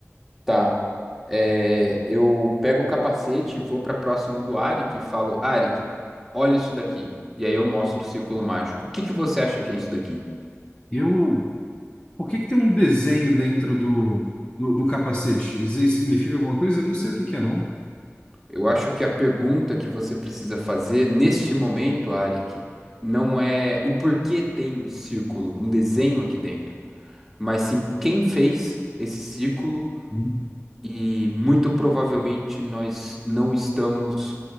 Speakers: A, in the centre; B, on the left.
A: Tá. É, eu pego o capacete e vou para próximo do Arik e falo, Arik, olha isso daqui. E aí eu mostro o círculo mágico. O que que você acha que é isso daqui?
B: Eu, Por que que tem um desenho dentro do, do, do capacete? Isso aí significa alguma coisa? Eu não sei o que que é, não.
A: Eu acho que a pergunta que você precisa fazer neste momento, Arik, não é o porquê tem um círculo, um desenho aqui dentro, mas sim quem fez esse círculo
B: Hum,
A: e muito provavelmente nós não estamos